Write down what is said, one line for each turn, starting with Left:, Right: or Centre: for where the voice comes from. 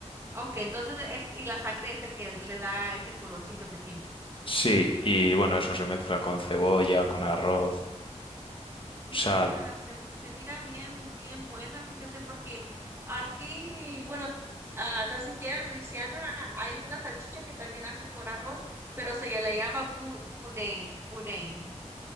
Right: Ok, entonces es, y la sangre es el que le da ese colorcito que tiene.
Left: Sí, y bueno, eso se mezcla con cebolla, con arroz,
Right: Mira,
Left: sal.
Right: se, se mira bien, bien buena, fíjate, porque aquí, bueno, t- ah, tan siquiera en Luisiana hay una salchicha que también hacen con arroz, pero se le llama bu- boudin, boudin.